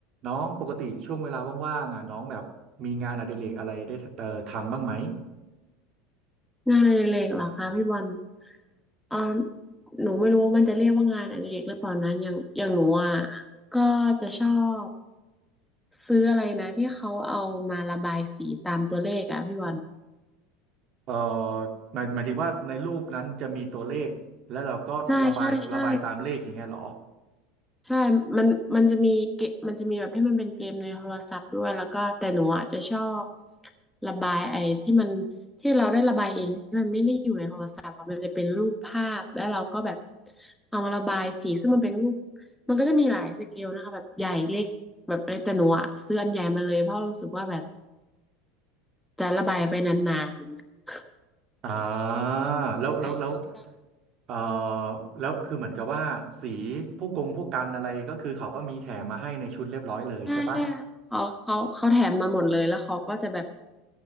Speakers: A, on the right; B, in the centre.
A: น้องปกติช่วงเวลาว่างๆอ่ะน้องแบบมีงานอดิเรกอะไรได้เอ่อทำบ้างไหม
B: งานอดิเรกเหรอคะพี่บอลเออหนูไม่รู้ว่ามันจะเรียกว่างานอดิเรกหรือเปล่านะอย่างอย่างหนูอ่ะก็จะชอบซื้ออะไรนะที่เขาเอามาระบายสีตามตัวเลขอ่ะพี่บอล
A: เอ่อหมายหมายถึงว่าในรูปนั้นจะมีตัวเลขแล้วเราก็ระบายระบายตามเลขอย่างเงี้ยเหรอ
B: ใช่ใช่ใช่ ใช่มันมันจะมีเกมมันจะมีแบบที่มันเป็นเกมในโทรศัพท์ด้วยแล้วก็แต่หนูอ่ะจะชอบระบายไอ้ที่มันที่เราได้ระบายเองที่มันไม่ได้อยู่ในโทรศัพท์อะมันจะเป็นรูปภาพแล้วเราก็แบบเอามาระบายสีซึ่งมันเป็นรูปมันก็จะมีหลายสเกลนะคะแบบใหญ่เล็กแบบอะไรแต่หนูอ่ะซื้ออันใหญ่มาเลยเพราะรู้สึกว่าแบบจะระบายไปนานๆแบบเนี้ย
A: อ่าแล้วแล้วแล้ว
B: ใช่ใช่ใช่
A: เอ่อแล้วคือเหมือนกับว่าสีผู้กงผู้กันอะไรก็คือเขาก็มีแถมมาให้ในชุดเรียบร้อยเลยใช่ปะ
B: ใช่ใช่เขาเขาเขาแถมมาหมดเลยแล้วเขาก็จะแบบ